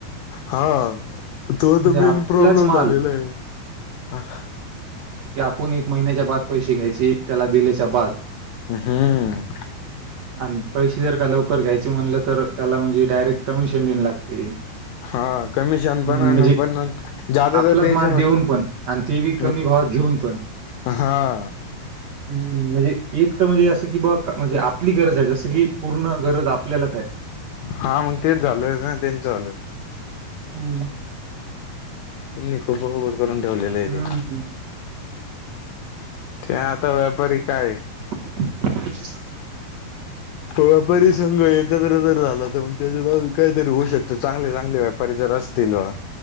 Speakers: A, on the left; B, on the right.
A: हा तो
B: म्हणजे
A: तर
B: आपलाच
A: मेन प्रॉब्लेम
B: माल
A: झालेला आहे.
B: पुर्ण एक महिन्याचे बाद पैसे घ्यायचे त्याला तर बाद
A: हम्म
B: आणि पैसे जर का लवकर घ्यायचे म्हणले तर त्याला म्हणजे डायरेक्ट कमीशन तीन दिन लागते.
A: हा कमिशन पण
B: हम्म म्हणजे
A: पण जादा
B: आपलाच
A: तर द्यायच
B: माल
A: म्हटल
B: देऊन पण आणि ते बी कमी
A: अ
B: भावात घेऊन पण.
A: अ हा.
B: हम्म म्हणजे एक तर म्हणजे असं की बघ म्हणजे, आपली गरज आहे जसं की. पूर्ण गरज आपल्यालाच आहे.
A: हा मग तेच झालं न तेचं झालं.
B: हम् <unintelligible>
A: त्यांनी खूप घोळ करून ठेवलेले आहे
B: हम्म
A: ते. ते आता व्यापारी काय?
B: <inaudible>
A: व्यापारी संघ एकत्र जर झाला तर मग, त्याच्या काहीतरी होऊ शकत, चांगले चांगले व्यापारी जर असतील वा.